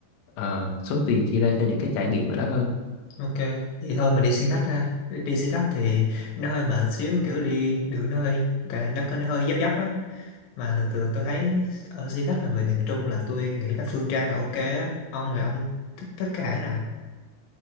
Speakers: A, on the left; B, on the left.
A: ờ, số tiền chi ra cho những cái trải nghiệm ở đó hơn.
B: ok. Vậy thôi mình đi xe khách ha. Đi đi xe khách thì nó hơi mệt xíu kiểu đi đường nó hơi cái- nó, có nó hơi dấp dấp á. Mà thường thường tôi thấy ở xe khách mà về miền Trung là tôi nghĩ là Phương Trang là ok á. Ông là ông thích thích cái hãng nào?